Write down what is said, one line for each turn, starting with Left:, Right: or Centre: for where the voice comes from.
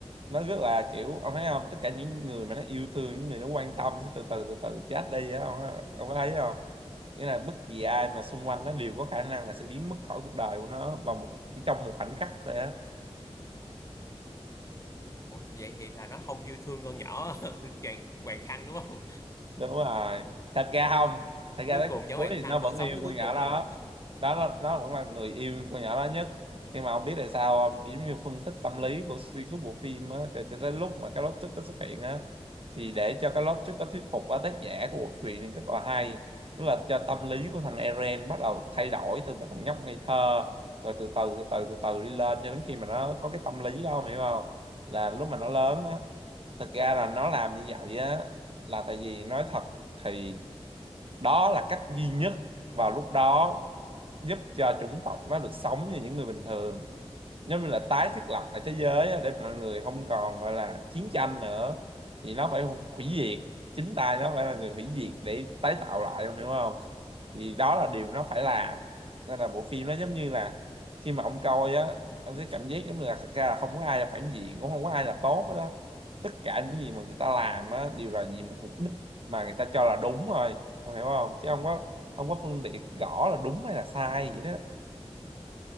Right: nó rất là kiểu ông thấy không tất cả những người mà nó yêu thương những người nó quan tâm sẽ từ từ từ từ chết đi á ông có- ông có thấy không nghĩa là bất kỳ ai mà xung quanh nó đều có khả năng là sẽ biến mất khỏi cuộc đời của nó vào một chỉ trong một khoảnh khắc thôi á
Left: Ủa, vậy thì là nó không yêu thương con nhỏ <laughs> Hoàng Hoàng Khăn đúng không
Right: đúng rồi thật ra không thật ra
Left: cuối
Right: tới
Left: cùng
Right: khúc
Left: nhỏ
Right: cuối
Left: Hoàng
Right: thì
Left: Khăn
Right: nó vẫn
Left: vẫn sống
Right: yêu
Left: tới
Right: con
Left: cuối
Right: nhỏ
Left: cùng
Right: đó
Left: mà không
Right: đó là, nó vẫn là người yêu con nhỏ đó nhất nhưng mà không biết tại sao không kiểu giống như phân tích tâm lý của xuyên suốt bộ phim á cho cho đến lúc mà cái plot twist nó xuất hiện á thì để cho cái plot twist nó thuyết phục á, tác giả của bộ truyện thì rất là hay tức là cho tâm lý của thằng Eren bắt đầu thay đổi từ một thằng nhóc ngây thơ rồi từ từ từ từ từ từ đi lên cho đến khi mà nó có cái tâm lý đó ông hiểu không là lúc mà nó lớn á thực ra là nó làm như vậy á là tại vì nói thật thì đó là cách duy nhất vào lúc đó giúp cho chủng tộc nó được sống như những người bình thường giống như là tái thiết lập lại thế giới á, để mọi người không còn gọi là chiến tranh nữa thì nó phải hủy diệt chính tay nó phải là người hủy diệt để tái tạo lại em hiểu không thì đó là điều nó phải làm nên là bộ phim nó giống như là khi mà ông coi á ông sẽ cảm giác giống như là thật ra là không có ai là phản diện cũng không có ai là tốt hết đó tất cả những gì mà người ta làm á đều là vì một mục đích mà người ta cho là đúng thôi em hiểu không chứ không có không có phân biệt rõ là đúng hay là sai vậy đó